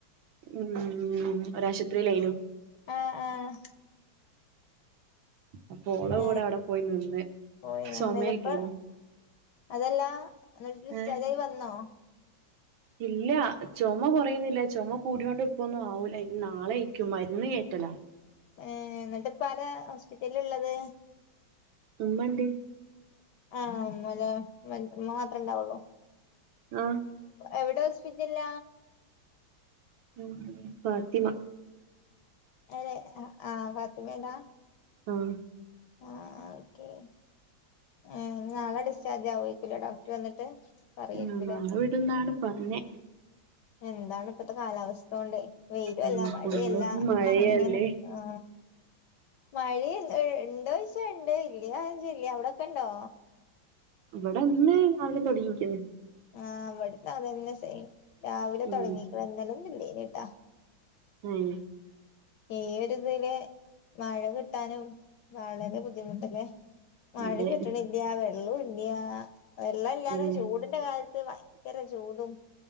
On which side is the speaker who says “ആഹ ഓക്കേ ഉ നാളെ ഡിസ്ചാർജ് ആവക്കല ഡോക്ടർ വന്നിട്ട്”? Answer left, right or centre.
Left